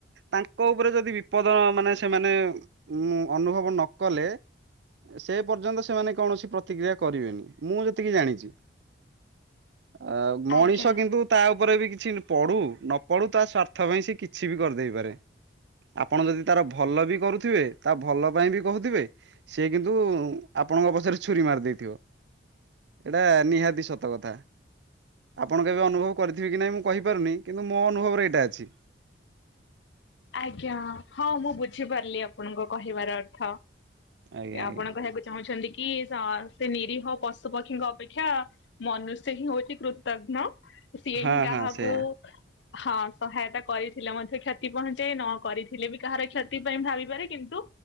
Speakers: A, on the right; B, on the left.
A: ତାଙ୍କ ଉପରେ ଯଦି ବିପଦ ମାନେ ସେମାନେ ଉ ଅନୁଭବ ନ କଲେ ସେ ପର୍ଯ୍ୟନ୍ତ ସେମାନେ କୌଣସି ପ୍ରତିକ୍ରିୟା କରିବେନି ମୁଁ ଯେତିକି ଜାଣିଛି। ଆ ମଣିଷ
B: ଆଜ୍ଞା
A: କିନ୍ତୁ ତା ଉପରେ ବି କିଛି ପଢୁ ନ ପଢୁ ତା ସ୍ଵାର୍ଥ ପାଇଁ ସେ କିଛି ବି କରିଦେଇପାରେ। ଆପଣ ଯଦି ତାର ଭଲ ବି କରୁଥିବେ ତା ଭଲ ପାଇଁ ବି କହୁଥିବେ, ସେ କିନ୍ତୁ ଆପଣଙ୍କ ପଛରେ ଛୁରୀ ମାରି ଦେଇ ଥିବ ଏଇଟା ନିହାତି ସତ କଥା ଆପଣଙ୍କ ଏବେ ଅନୁଭବ କରିଥିବି କି ନହିଁ ମୁଁ କହିପାରୁନି କିନ୍ତୁ ମୋ ଅନୁଭବରେ ଏଇଟା ଅଛି।
B: ଆଜ୍ଞା ହଁ ମୁଁ ବୁଝିପାରିଲି ଆପଣଙ୍କ କହିବାର ଅର୍ଥ।
A: ଆଜ୍ଞା
B: ଆପଣ
A: ଆଜ୍ଞା
B: କହିବାକୁ ଚାହୁଁଛନ୍ତି କି ସ ସେ ନିରୀହ ପଶୁପକ୍ଷୀଙ୍କ ଅପେକ୍ଷା ମନୁଷ୍ୟ ହିଁ ହଉଛି କୃତଘ୍ନ। ସିଏ
A: ହଁ
B: ହିଁ କାହାକୁ।
A: ହଁ ସେଇଆ
B: ହଁ ସହାୟତା କରିଥିଲେ ମଧ୍ୟ କ୍ଷତି ପହଞ୍ଚି। ସେ ନ କରିଥିଲେ ବି କାହାର କ୍ଷତି ପାଇଁ ଭାବିପାରେ କିନ୍ତୁ